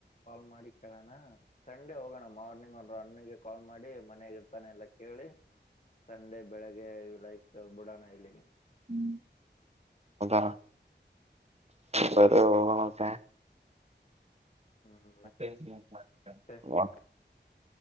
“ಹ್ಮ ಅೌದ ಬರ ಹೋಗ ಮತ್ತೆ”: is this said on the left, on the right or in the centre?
Right